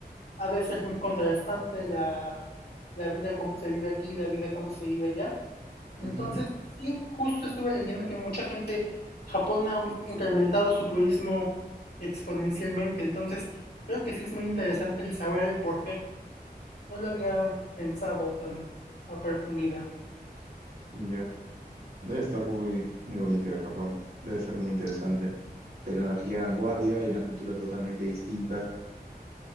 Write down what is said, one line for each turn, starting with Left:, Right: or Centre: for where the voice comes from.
Left: a veces muy contrastante la, la vida como se vive aquí, la vida como se vive allá. Entonces,
Right: Ujú,
Left: sí, justo estuve leyendo que mucha gente, Japón ha incrementado su turismo exponencialmente. Entonces, creo que sí es muy interesante el saber el por qué. No lo había pensado tan a profundidad,
Right: Ya. Debe estar muy, muy bonito ir a Japón. Debe ser muy interesante. Tecnología vanguardia y una cultura totalmente distinta.